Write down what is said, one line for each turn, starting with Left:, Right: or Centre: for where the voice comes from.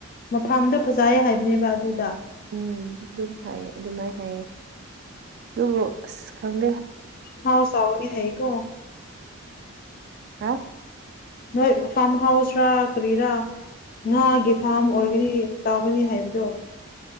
Left: ꯃꯐꯝꯗꯣ ꯐꯖꯩꯌꯦ ꯍꯥꯏꯕꯅꯦꯕ ꯑꯗꯨꯗ
Right: ꯎꯝ ꯑꯗꯨꯝ ꯍꯥꯏꯌꯦ ꯑꯗꯨꯃꯥꯏꯅ ꯍꯥꯏꯌꯦ ꯑꯗꯨꯕꯨ ꯑꯁ ꯈꯪꯗꯦ
Left: ꯍꯥꯎꯁ ꯁꯥꯕꯗꯤ ꯍꯩ ꯀꯣ
Right: ꯍꯥ
Left: ꯅꯣꯏ ꯐꯥꯔꯝ ꯍꯥꯎꯁ ꯔꯥ ꯀꯔꯤꯔꯥ ꯉꯥꯒꯤ ꯐꯥꯝ ꯑꯣꯏꯒꯅꯤ ꯇꯧꯒꯅꯤ ꯍꯥꯏꯕꯗꯣ